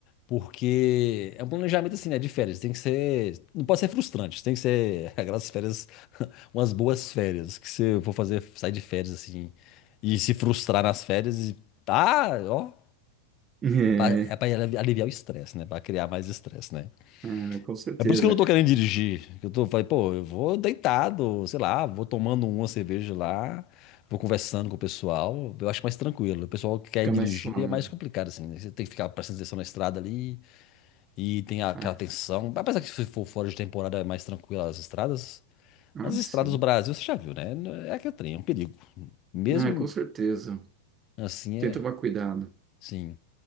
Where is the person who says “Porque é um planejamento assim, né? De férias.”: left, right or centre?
Left